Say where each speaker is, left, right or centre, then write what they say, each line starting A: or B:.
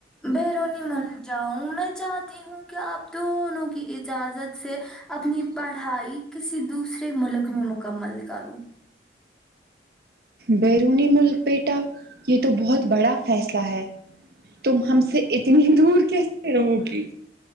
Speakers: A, in the centre; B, on the right.
A: بیرونی ملک جاؤں میں چاہتی ہوں کہ آپ دونوں کی اجازت سے اپنی پڑھائی کسی دوسرے ملک میں مکمل کروں
B: بیرونی ملک بیٹا یہ تو بہت بڑا فیصلہ ہے تم ہم سے اتنی دور کیسے رہو گی